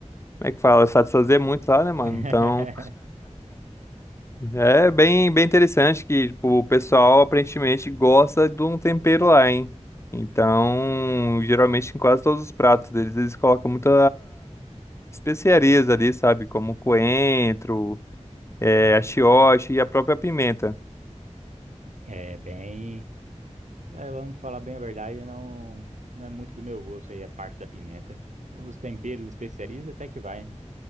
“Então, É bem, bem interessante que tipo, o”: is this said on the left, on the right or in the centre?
Left